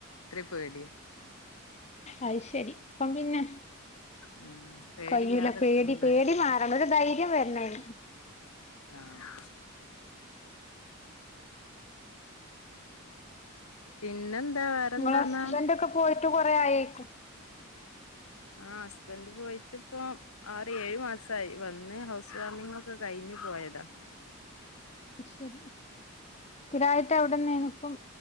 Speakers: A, on the left (about 85°); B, on the left (about 30°).
A: ത്രിം പേട്യാ
B: അയ് ശരി അപ്പം പിന്നെ
A: ഉം പേടില്ലാതെക്കണംന്നറിം
B: കയ്യൂല്ല പേടി പേടി മാറണം ഒരു ധൈര്യം വരണയിന്
A: ആഹ് പിന്നെന്താ വേറെന്താന്നാ
B: നിങ്ങളെ ഹസ്ബന്റ് ഒക്കെ പോയിട്ട് കൊറെ ആയേക്കും
A: ആഹ് ഹസ്ബൻഡ് പോയിട്ട് ഇപ്പോ ആറ് ഏഴ് മാസായി വന്ന് ഹൗസ് വാമിംഗ് ഒക്കെ കയ്ഞ്ഞ് പോയതാ
B: അയ് ശരി സ്ഥിരായിട്ട് അവടെന്നേണ് ഇപ്പം